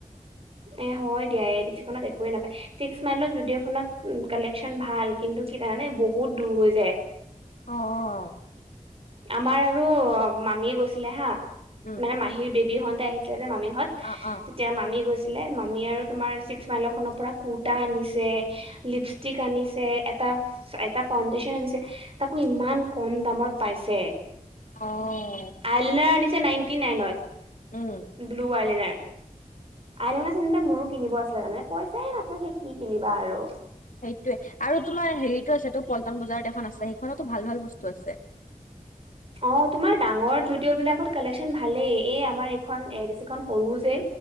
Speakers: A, on the right; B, on the left.
A: এ হয় দিয়া এক দি চি খনত একোৱে নাপায়। ছিক্স মাইলত যুদিঅ' খনত কালেকচন ভাল কিন্তু কি জানানে বহুত দূৰ হৈ যায়।
B: অ', অ'।
A: আমাৰ আৰু মামী গৈছিলে হা মানে
B: উম
A: মাহীৰ বেবী হত আহি এতিয়া যে মামিহত
B: অ', অ'।
A: যেতিয়া মামী গৈছিলে মামী আৰু তোমাৰ ছিক্স মাইলখনৰ পৰা কুৰ্তা আনিছে। লিপষ্টিক আনিছে, এটা, এটা ফাউণ্ডেচন আনিছে। তাকো ইমান কম দামত পাইছে।
B: অ'।
A: আইলিনাৰ আনিছে নাইনটি নাইনত
B: উম
A: ব্লু আইলিনাৰ আইলনা, চাইলিনা মোৰো কিনিব আছিলে তাৰমানে পইচাই নাথাকে কি কিনিবা আৰু।
B: সেইটোয়েটো আৰু তোমাৰ হেৰিটো আছেতোপল্টন বজাৰত এখন আছে সেইখনতো ভাল, ভাল বস্তু আছে।
A: অ, তোমাৰ ডাঙৰ যদিঅ' বিলাকত কালেকচনত ভালেই এই আমাৰ এইখন এ দি চি খন সৰু যে